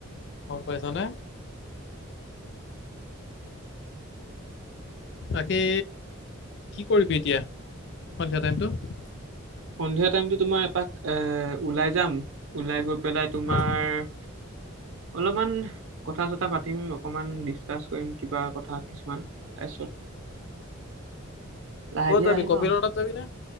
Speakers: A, on the left (about 55°); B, on the right (about 65°).
A: গম পাইছ নে। তাকে, কি কৰিবি এতিয়া, সন্ধিয়া টাইমতটো?
B: সন্ধিয়া টাইমতো, তোমাৰ, এপাক এ ওলাই যাম। ওলাই গৈ পেলাই, তোমাৰ
A: উম,
B: অলপমান, কথা-চথা পাতিম। অকমান, ডিচকাচ কৰিম, কিবা কথা কিছুমান। তাৰপিছত লাহে
A: ক'ত
B: ধীৰে
A: যাবি
B: আহিম
A: কপিলৰ
B: আৰু,
A: তাত যাবি নে?